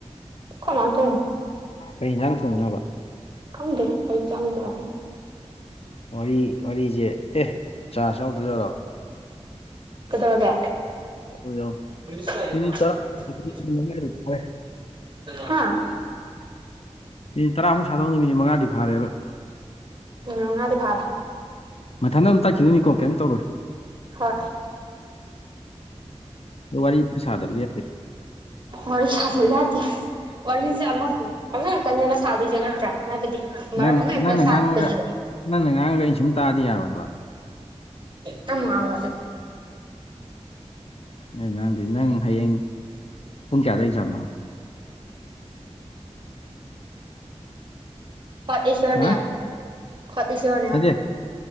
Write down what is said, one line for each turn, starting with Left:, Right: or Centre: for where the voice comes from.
Right: ꯈꯔꯥ ꯂꯥꯡꯊꯣꯛ
Left: ꯀꯔꯤ ꯏꯟꯖꯥꯡ ꯊꯣꯡꯉꯤꯅꯣꯕ
Right: ꯈꯪꯗꯦꯑꯩ ꯆꯪ ꯗꯦ
Left: ꯋꯥꯔꯤ ꯋꯥꯔꯤꯖꯦ ꯑꯦ ꯆꯥꯔꯖ ꯌꯥꯎꯗ꯭ꯔꯖꯥꯠꯂꯣ
Right: ꯀꯩꯗꯧꯔꯒꯦ
Left: ꯌꯥꯎ ꯌꯥꯎ
Right: INAUDIBLE
Left: ꯃꯤꯅꯤꯠ ꯇꯔꯥ ꯃꯤꯅꯤꯠ ꯃꯉꯥꯗꯤ ꯐꯥꯔꯦ
Right: ꯍꯥꯥꯑ
Left: ꯃꯤꯅꯤꯠ ꯇꯔꯥꯃꯨꯛ ꯁꯥꯗꯧꯅꯤ ꯃꯤꯅꯤꯠ ꯃꯉꯥꯗꯤ ꯐꯥꯔꯦꯕ
Right: ꯃꯤꯅꯤꯠ ꯃꯉꯥꯗꯤ ꯐꯥꯔꯦ
Left: ꯃꯊꯟꯗ ꯑꯗꯨꯝ ꯇꯠꯈꯤꯗꯣꯏꯅꯤꯀꯣ ꯀꯩꯝ ꯇꯧꯔꯣꯏ
Right: ꯍꯣꯌ
Left: ꯑꯗꯣ ꯋꯥꯔꯤ ꯁꯥꯗꯕꯗꯤ ꯌꯥꯗꯦ
Right: ꯋꯥꯔꯤ ꯁꯥꯗꯕ ꯌꯥꯗꯦ ꯋꯥꯔꯤꯖꯦ ꯑꯃꯒꯨꯝ ꯑꯃ ꯈꯛꯇꯅꯦꯕ ꯁꯥꯗꯣꯏꯖꯦ ꯅꯠꯇ꯭ꯔꯥ ꯍꯥꯏꯕꯗꯤ ꯃꯔꯝ
Left: ꯅꯪ
Right: ꯑꯃ ꯍꯦꯛꯇ
Left: ꯅꯪꯅ
Right: ꯁꯥꯗꯣꯏꯅꯦꯕ
Left: ꯉꯥꯡꯉꯒ ꯅꯪꯅ ꯉꯥꯡꯉꯒ ꯑꯩꯅ ꯁꯨꯝ ꯇꯥꯗꯤ ꯌꯥꯔꯣꯏꯕ
Right: ꯇꯝ ꯉꯥꯡꯉꯣ
Left: ꯑꯩ ꯉꯥꯡꯗꯤ ꯅꯪ ꯍꯌꯦꯡ ꯄꯨꯡ ꯀꯌꯥꯗ ꯑꯦꯛꯖꯥꯝꯅꯣ
Right: ꯍꯨ꯭꯭ꯋꯥꯠ ꯏꯁ ꯌꯣꯔ
Left: ꯍꯥ
Right: name what is your name
Left: ꯅꯠꯇꯦ